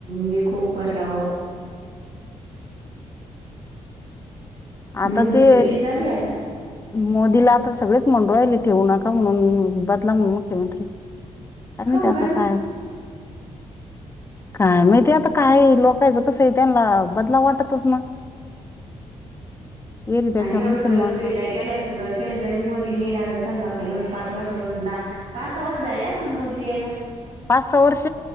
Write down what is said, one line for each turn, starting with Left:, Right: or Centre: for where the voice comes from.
Right: मेकूपर लावप
Left: आता
Right: मोदीचं
Left: ते
Right: ले चालू आहे आता
Left: मोदीला आता सगळेच म्हन राहिले ठेवू नका म्हणून बदला म्हणून मुख्यमंत्री आम
Right: खाऊन
Left: तर आता
Right: का ना
Left: काय काय माहिती आता काय लोकायचं कसं आहे त्यांना बदला वाटतच ना येरी त्याच्यावर
Right: आणि तेवढं
Left: मुसलमान
Right: सगळं सुविधा
Left: लोक
Right: केल्या सगळं केलं तरी मोदी नाही लागत पाहि पाच वर्ष द पाच सहा वर्ष झाली अस ना मोदी इलेला
Left: पाच सहा वर्ष